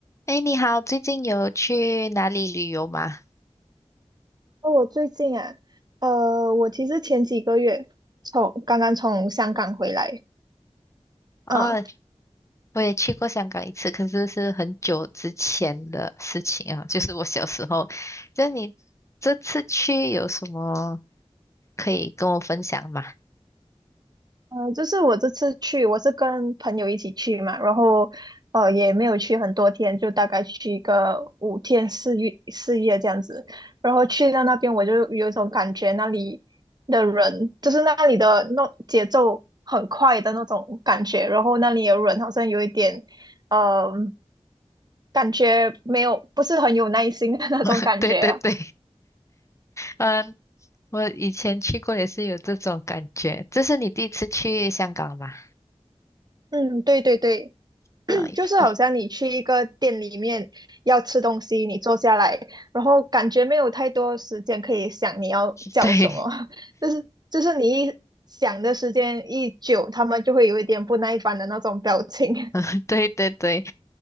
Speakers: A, on the left; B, on the right.
A: 哎，你好，最近有去哪里旅游吗？
B: 哦，我最近啊，呃，我其实前几个月从刚刚从香港回来，
A: 哦，
B: 嗯，
A: 我也去过香港一次，可是是很久之前的事情啊，<laughs> 就是我小时候。就你这次去有什么可以跟我分享吗？
B: 呃，就是我这次去，我是跟朋友一起去嘛，然后呃也没有去很多天，就大概去一个五天四夜四夜这样子，然后去到那边我就有一种感觉，那里的人就是那里的那节奏很快的那种感觉，然后那里的人好像有一点，呃，感觉没有不是很有耐心的那种感觉啊。
A: <laughs> 对对对，嗯，我以前去过也是有这种感觉。这是你第一次去香港吗？
B: 嗯，对对对，
A: 啊、
B: <clears throat>
A: <laughs>
B: 就是好像你去一个店里面要吃东西，你坐下来，然后感觉没有太多时间可以想你要叫什么，
A: 对
B: <laughs> 就是就是你一想的时间一久，他们就会有一点不耐烦的那种表情。<laughs>
A: <laughs> 对对对，